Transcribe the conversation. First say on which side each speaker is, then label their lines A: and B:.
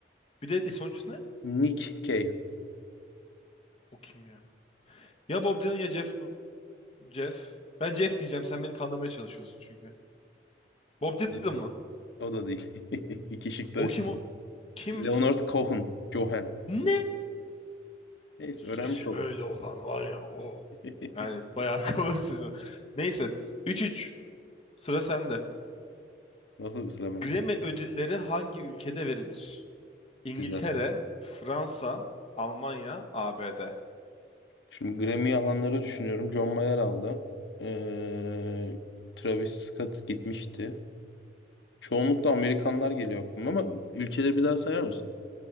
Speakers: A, on the left; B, on the left.
A: Bir de e, sonuncusu ne?
B: Nick Cave.
A: O kim ya? Ya Bob Dylan ya Jeff. Jeff. Ben Jeff diyeceğim. Sen beni kandırmaya çalışıyorsun çünkü. Bob Dylan
B: Maalesef.
A: mı?
B: O da değil. <laughs> İki şık da
A: O kim
B: şey.
A: o? Kimmiş?
B: Leonard Cohen, Cohen.
A: Ne?
B: Neyse
A: Sesi
B: öğrenmiş oldum.
A: böyle olan var ya o.
B: <laughs>
A: Yani bayağı <laughs> kalın sesi. var. Neyse. 3-3. Sıra sende.
B: Nasıl bir sıra benim?
A: Grammy ödülleri hangi ülkede verilir? İngiltere,
B: Güzel soru.
A: Fransa, Almanya, ABD.
B: Şimdi Grammy alanları düşünüyorum. John Mayer aldı. Ee, Travis Scott gitmişti. Çoğunlukla Amerikanlar geliyor aklıma ama ülkeleri bir daha sayar mısın?